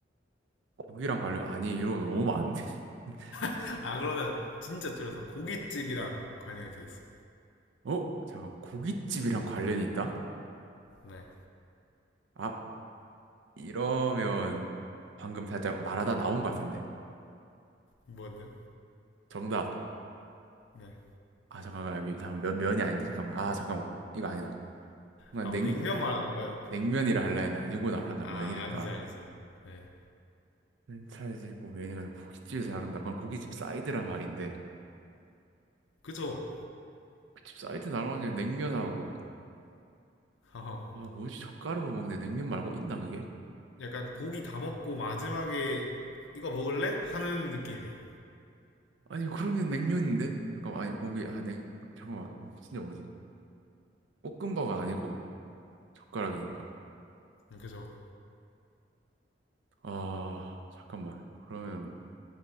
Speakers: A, on the right; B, on the left.
A: 고기랑 관련, 아니, 이러면 너무 많은데. <laughs>
B: <laughs> 아 그러면 진짜 줄여서 고깃집이랑 관련이 돼 있어.
A: 어? 잠깐, 고깃집이랑 관련이 있다?
B: 네.
A: 아, 이러면 방금 살짝 말하다 나온 것 같은데?
B: 뭔데요?
A: 정답.
B: 네.
A: 아 잠깐만 여기 잠깐 면 면이 아닌데 잠깐만 아 잠깐만 이거 아니다 뭔가
B: 아
A: 냉
B: 뭐 냉면 말하는 거예요?
A: 냉면이라 할라 했는데 아니구나 잠깐
B: 아
A: 면이니까
B: 아니지 아니지. 네.
A: 차에서 있고 면이니까 고깃집에서 나른다 그건 고깃집 사이드란 말인데
B: 그쵸?
A: 고깃집 사이드 나르는 게 냉면하고
B: 어,
A: 아 뭐지 젓가락으로 먹는데 냉면 말고 있나 그게
B: 약간 고기 다 먹고 마지막에 이거 먹을래? 하는 느낌이에요.
A: 아니 그러면 냉면인데 잠깐만 아니 고기 아 냉 잠깐만 어, 진짜 뭐지 볶음밥은 아니고 젓가락이니까
B: 음, 그죠?
A: 아 잠깐만 그러면